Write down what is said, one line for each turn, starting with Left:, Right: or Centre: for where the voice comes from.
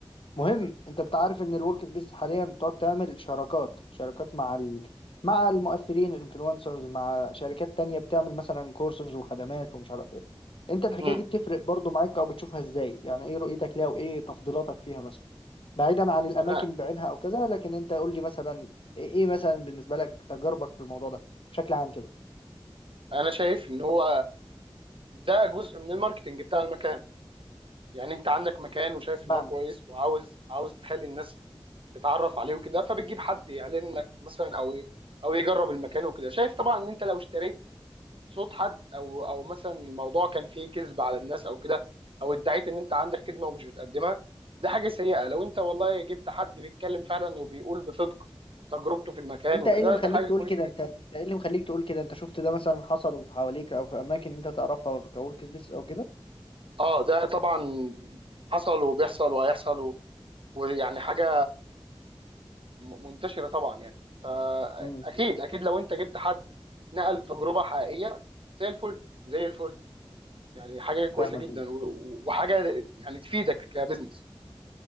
Left: مهم انت بتعرف ان الورك سبيسز حاليا بتقعد تعمل شراكات شراكات مع ال... مع المؤثرين الانفلونسرز مع شركات تانية بتعمل مثلا كورسز وخدمات ومش عارف ايه انت الحكاية
Right: مم.
Left: دي بتفرق برضو معاك او بتشوفها ازاي يعني ايه رؤيتك ليها وايه تفضيلاتك فيها مثلا بعيدا عن الاماكن
Right: انا
Left: بعينها او كذا لكن انت قول لي مثلا ايه إيه مثلا بالنسبة لك تجاربك في الموضوع ده بشكل عام كده
Right: انا شايف ان هو ده جزء من الماركتنج بتاع المكان يعني انت عندك مكان وشايف
Left: بمعنى
Right: ان هو كويس وعاوز عاوز تخلي الناس تتعرف عليه وكده فبتجيب حد يعلن لك مثلا او ي- او يجرب المكان وكده شايف طبعا ان انت لو اشتريت صوت حد او او مثلا الموضوع كان فيه كذب على الناس او كده او ادعيت ان انت عندك خدمه ومش بتقدمها ده حاجه سيئه لو انت والله جبت حد بيتكلم فعلا وبيقول بصدق تجربته في المكان
Left: وانت
Right: وكده
Left: ايه اللي مخليك
Right: ده حاجه
Left: تقول
Right: كويسه
Left: كده
Right: جدا
Left: انت انت ايه اللي مخليك تقول كده انت شفت ده مثلا حصل حواليك او في اماكن انت تعرفها كورك سبيس او
Right: اه ده طبعا حصل وبيحصل وهيحصل و- ويعني حاجه م- منتشره طبعا يعني فاكيد
Left: كده
Right: اكيد لو انت جبت حد نقل تجربه حقيقيه زي الفل زي الفل يعني حاجه كويسه
Left: فاهمك
Right: جدا
Left: جدا
Right: و- و- وحاجه يعني تفيدك كبزنس